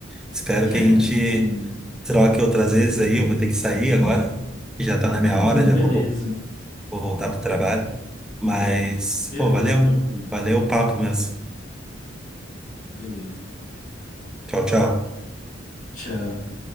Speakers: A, in the centre; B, on the left (about 45°).
A: Espero que
B: <laughs>
A: a gente
B: sim.
A: troque outras vezes aí. Eu vou ter que sair agora, que já tá na minha hora,
B: Não,
A: já
B: beleza.
A: vou, vou voltar pro trabalho. Mas,
B: Beleza,
A: pô, valeu.
B: tranquilo.
A: Valeu o papo mesmo.
B: Beleza.
A: Tchau, tchau.
B: Tchau.